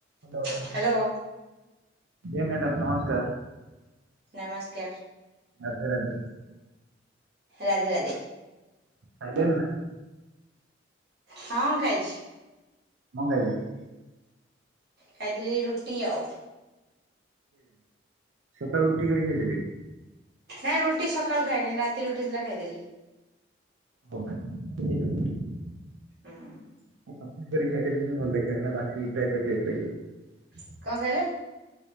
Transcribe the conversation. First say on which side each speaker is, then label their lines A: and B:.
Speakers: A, on the right (about 75°); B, on the right (about 60°).
A: Hello.
B: Hello.
A: Madam, ନମସ୍କାର୍।
B: ନମସ୍କାର୍,
A: ରାଧେ ରାଧେ
B: ରାଧେ ରା
A: <inaudible>
B: ହଁ, ଖାଇଛି।
A: <inaudible>
B: ଖାଇଥିଲି ରୁଟି ଆଉ
A: ସକାଳୁ ରୁଟି କରି ଖାଇ ସାଇଲେଣି।
B: ଏଁ ରୁଟି ସକାଳୁ ଖାଇନି, ରାତି ରୁଟି ଥିଲା ଖାଇଦେଲି।
A: <unintelligible>
B: <inaudible>
A: <unintelligible>
B: <inaudible>